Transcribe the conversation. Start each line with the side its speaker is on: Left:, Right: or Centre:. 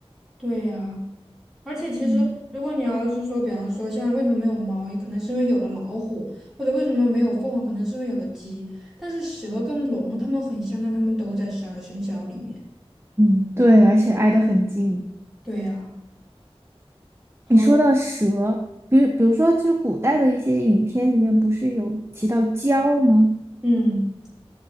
Centre: 对呀。而且其实，
Right: 嗯
Centre: 如果你要是说，比方说像为什么没有猫，也可能是因为有了老虎，或者为什么没有凤凰，可能是因为有了鸡。但是蛇跟龙它们很像，但它们都在十二生肖里面。
Right: 嗯，对，而且挨得很近。
Centre: 对呀，好，
Right: 你说到蛇，比如比如说，就是古代的一些影片里面不是有提到蛟吗？
Centre: 嗯。